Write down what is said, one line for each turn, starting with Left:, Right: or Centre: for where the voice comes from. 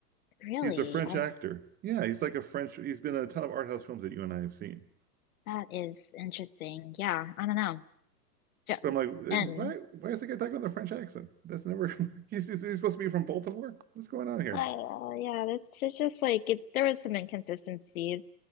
Left: really?
Right: He's a French
Left: I
Right: actor. Yeah, he's like a French. He's been in a ton of art house films that you and I have seen.
Left: that is interesting. Yeah, I don't know. Ju-
Right: But I'm like, "Hey,
Left: And
Right: why why is the guy talking with a French accent? That's never. <laughs> He's, he's he's supposed to be from Baltimore. What's going on here?
Left: I, uh, yeah, that's it's just like it, there was some inconsistencies.